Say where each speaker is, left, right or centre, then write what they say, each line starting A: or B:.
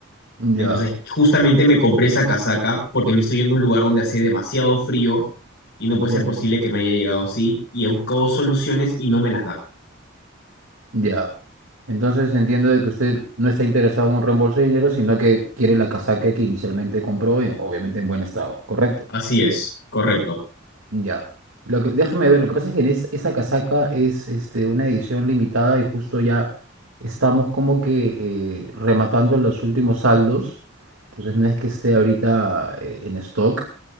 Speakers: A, on the right; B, on the left.
A: Ya,
B: Entonces, justamente me compré esa casaca porque me estoy yendo a un lugar donde hace demasiado frío y no
A: entiendo.
B: puede ser posible que me haya llegado así y he buscado soluciones y no me las dan.
A: Ya. Entonces entiendo de que usted no está interesado en un reembolso de dinero, sino que quiere la casaca que inicialmente compró, y obviamente en buen estado, ¿correcto?
B: Así es, correcto.
A: Ya. Lo que, déjeme ver, lo que pasa es que en es- esa casaca es este, una edición limitada y justo ya estamos como que eh, rematando los últimos saldos. Entonces no es que esté ahorita eh, en stock.